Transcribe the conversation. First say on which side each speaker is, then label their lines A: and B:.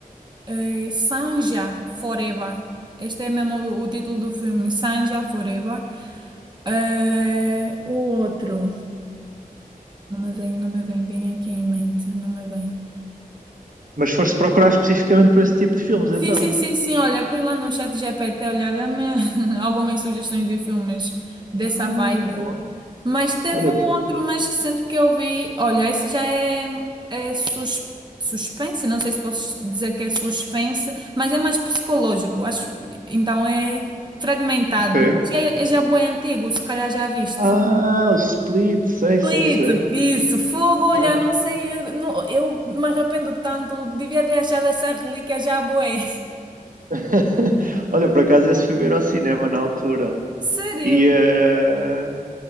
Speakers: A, on the right; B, on the right.
A: eh, Sanja Forever. Este é mesmo o, o título do filme, Sanja Forever. Eh, o outro, não me vem, não me vem bem aqui em mente, não me vem.
B: Mas foste procurar especificamente por esse tipo de filmes,
A: Sim,
B: então?
A: sim, sim, sim. Olha, fui lá no chat GPT olhar dá-me <laughs> algumas sugestões de filmes dessa
B: Ah,
A: vibe.
B: bom.
A: Mas teve
B: Olha,
A: um
B: pô.
A: outro mais recente que eu vi. Olha, esse já é, é sus- suspense, não sei se posso dizer que é suspense, mas é mais psicológico, acho. Então é fragmentado.
B: ok.
A: Mas É, é já bué antigo, se calhar já viste.
B: Ah, o Split, sei, sei,
A: Split,
B: sei.
A: isso, fogo, olha,
B: Hã?
A: não sei, eu, não- eu me arrependo tanto, devia ter achado essa relíquia já bué.
B: <laughs> Olha, por acaso esse fui ver ao cinema na altura.
A: Sério?
B: E eh,